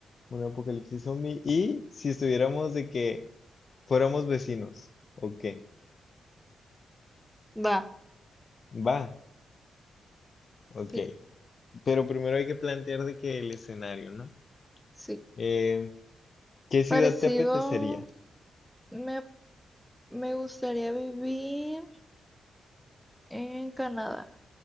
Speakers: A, on the left; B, in the centre.
A: un apocalipsis zombie y si estuviéramos de que fuéramos vecinos, ¿o qué?
B: Va,
A: Va, ok.
B: sí,
A: Pero primero hay que plantear de que el escenario, ¿no?
B: sí.
A: Eh, ¿qué ciudad
B: Parecido,
A: te apetecería
B: me, me gustaría vivir en Canadá,